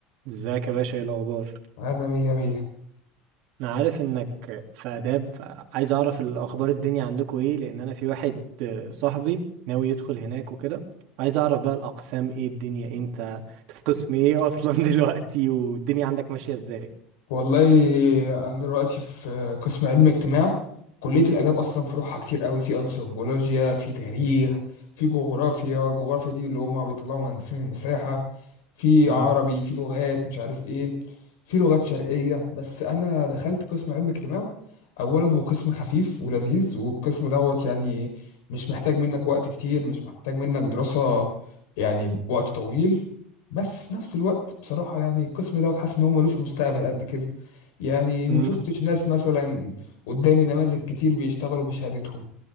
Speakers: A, on the right; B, on the left.
A: ازيك يا باشا ايه الاخبار
B: انا مية مية
A: انا عارف انك في اداب فعايز اعرف الاخبار الدنيا عندكم ايه لان انا في واحد صاحبي ناوي يدخل هناك وكده عايز اعرف بقى الاقسام ايه الدنيا إيه انت انت في قسم ايه اصلا <laughs> دلوقتي والدنيا عندك ماشية ازاي
B: والله انا دلوقتي في قسم علم اجتماع كلية الاداب اصلا فروعها كتير قوي في انثروبولوجيا في تاريخ في جغرافيا جغرافيا دي اللي هما بيطلعوا مهندسين المساحة في
A: اه
B: عربي في لغات مش عارف ايه في لغات شرقية بس انا دخلت قسم علم اجتماع اولا هو قسم خفيف ولذيذ والقسم دوت يعني مش محتاج منك وقت كتير مش محتاج منك دراسة يعني وقت طويل بس في نفس الوقت بصراحة يعني القسم دوت حاسس إن هو ملوش مستقبل قد كده يعني ما
A: امم
B: شفتش ناس مثلا قدامي نماذج كتير بيشتغلوا بشهادتهم